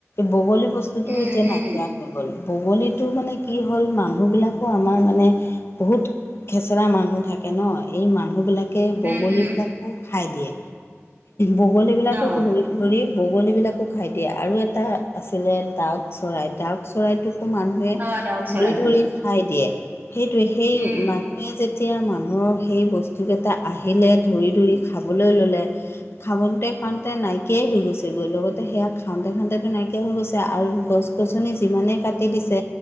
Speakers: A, on the left; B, on the right.
A: বগলী বস্তুটোও
B: উম
A: এতিয়া
B: উম
A: নাইকীয়া হ'ল। হ'ল বগলীতো মানে কি হ'ল মানুহবিলাকো আমাৰ মানে বহুত খেচেৰা মানুহ থাকে ন' এই মানুহবিলাকে বগলীবিলাকো
B: উম উম
A: খাই দিয়ে বগলীবিলাকো
B: অঁ
A: ধৰি ধৰি বগলী বিলাকো খাই দিয়ে আৰু এটা আছিলে দাউক চৰাই ডাউক চৰাইতোকো মানু নিয়ে
B: অঁ ডাউক চৰাইটো
A: ধৰি - ধৰি খাই দিয়ে সেইটোৱে সেই
B: উম
A: মানুহে যেতিয়া মানুহৰ সেই বস্তুকেইটা আহিলে ধৰি- ধৰি খাবলৈ ল'লে খাবংতে -খাওঁতে নাইকিয়াই হৈ গৈছেগৈ লগতে সেয়া খাওঁতে -খাওঁতেতো নাইকিয়া হৈ গৈছে আৰু গছ গছ -গছনি যিমানেই কাটি দিছে